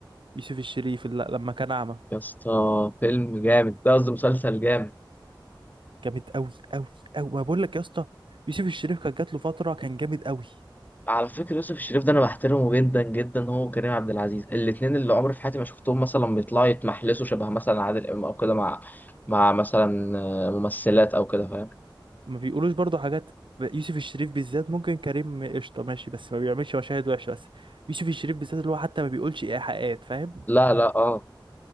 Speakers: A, on the right; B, on the left.
A: يوسف الشريف اللي لما كان اعمى
B: يا اسطى فيلم جامد ده قصدي مسلسل جامد
A: جامد قوي قوي قوي ما بقول لك يا اسطى يوسف الشريف كان جات له فتره كان جامد قوي
B: على فكرة يوسف الشريف ده انا بحترمه جدا جدا هو وكريم عبد العزيز الاتنين اللي عمري في حياتي ما شفتهم مثلا بيطلعوا يتمحلسوا شبه مثلا عادل امام او كده مع مع مثلا آه، ممثلات او كده فاهم
A: ما بيقولوش برضو حاجات ب- يوسف الشريف بالذات ممكن كريم قشطة ماشي بس ما بيعملش مشاهد وحشة بس يوسف الشريف بالذات اللي هو حتى ما بيقولش إيحاءات فاهم
B: لا لا اه